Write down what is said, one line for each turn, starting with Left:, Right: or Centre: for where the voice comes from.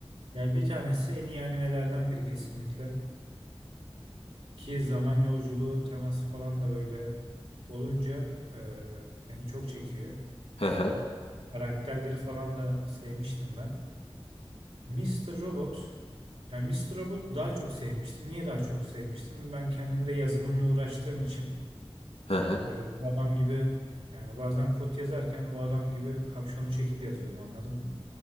Right: Yani bir tanesi en iyi animelerden biri kesinlikle. Ki zaman yolculuğu teması falan da böyle olunca e, beni çok çekiyor.
Left: <laughs> Hı hı,
Right: Karakterleri falan da sevmiştim ben. Mr. Robot yani Mr. Robot daha çok sevmiştim. Niye daha çok sevmiştim? Ben kendimde yazılımla uğraştığım için
Left: hı hı.
Right: böyle bu adam gibi yani bazen kod yazarken bu adam gibi kapşonu çekip yazıyordum anladın mı?